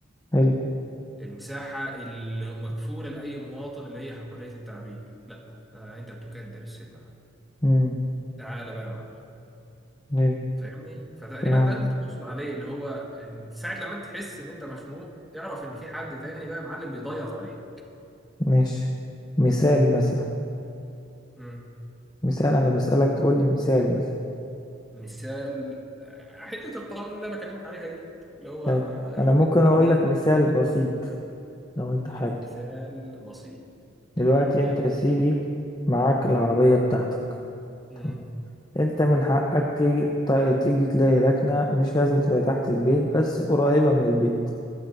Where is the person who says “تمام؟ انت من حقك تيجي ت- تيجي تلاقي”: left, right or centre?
Left